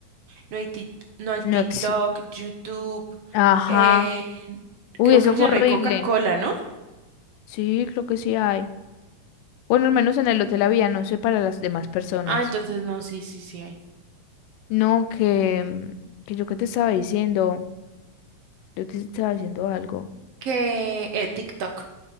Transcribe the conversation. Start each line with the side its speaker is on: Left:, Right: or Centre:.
Right: No hay, tic- no hay TikTok,
Left: no existe.
Right: YouTube,
Left: Ajá.
Right: eh,
Left: Uy,
Right: creo
Left: eso
Right: que allá
Left: fue
Right: no
Left: horrible.
Right: hay Coca-Cola, ¿no?
Left: Sí, creo que sí hay. Bueno, al menos en el hotel había, no sé para las demás personas.
Right: Ah, entonces no, sí, sí, sí hay.
Left: No, que, mm, que yo qué te estaba diciendo, yo te estaba diciendo algo.
Right: Que eh, TikTok